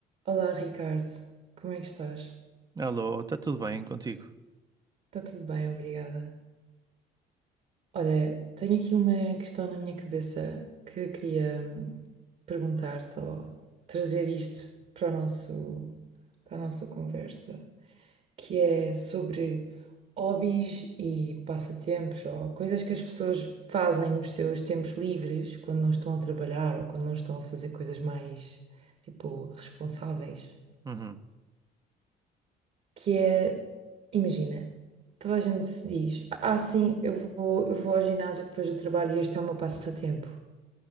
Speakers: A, on the right; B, on the right.
A: Olá, Ricardo. Como é que estás?
B: Alô, está tudo bem contigo?
A: Está tudo bem, obrigada. Olha, tenho aqui uma questão na minha cabeça que eu queria hum, perguntar-te ou trazer isto para o nosso, para a nossa conversa, que é sobre hobbies e passatempos ou coisas que as pessoas fazem nos seus tempos livres, quando não estão a trabalhar ou quando não estão a fazer coisas mais, tipo, responsáveis,
B: Uhum.
A: que é, imagina, toda a gente se diz, ah sim, eu vou, eu vou ao ginásio depois do trabalho e este é o meu passatempo.